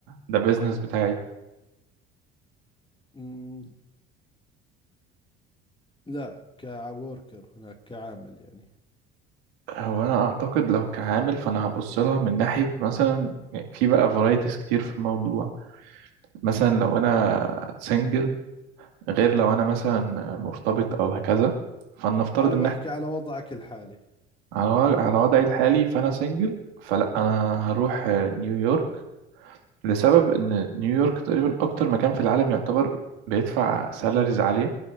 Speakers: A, on the right; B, on the left.
A: ده بيزنس بتاعي
B: مم. لا كوركر هناك كعامل يعني
A: هو انا اعتقد لو كعامل فانا هبص لها من ناحيه مثلا يعني في بقى فرايتيز كتير في الموضوع مثلا لو انا سنجل غير لو انا مثلا مرتبط او هكذا فلنفترض
B: انا
A: ان
B: بحكي
A: احنا
B: على وضعك الحالي
A: على وضع- على وضعي الحالي فانا سنجل فلا انا هروح نيويورك لسبب ان نيويورك تقريبا اكتر مكان في العالم يعتبر بيدفع سالاريز عالية